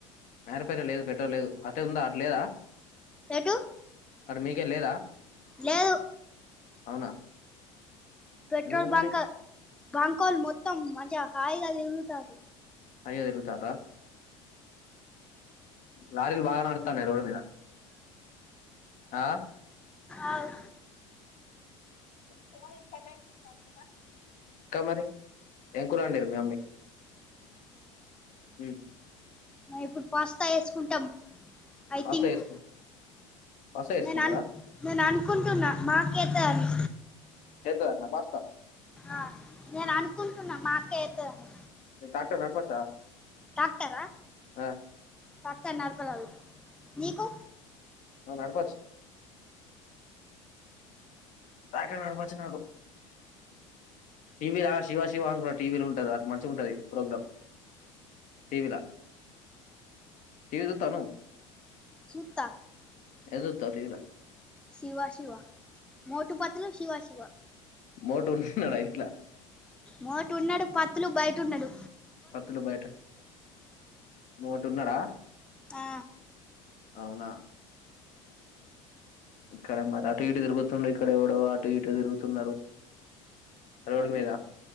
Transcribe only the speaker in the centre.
ఏటు
లేదు
పెట్రోల్
బంక్
బంకోల్ మొత్తం మంచిగా హాయ్ గాల తిరుగుతరు
ఆవు
మ ఇప్పుడు పాస్తా వేసుకుంటాం ఐ
థింక్
నేను అ నేను అనుకుంటున్నా మాకేత అని
ఆ నేను అనుకుంటున్నా మా అక్క తధంటా
ట్రాక్టర్ ఆ
ట్రాక్టర్ నడపరాదు నీకు
సుతా
శివా శివా మ టు పతలో శివ శివ
మోటు ఉన్నడు పత్తులు బయట ఉన్నడు
ఆ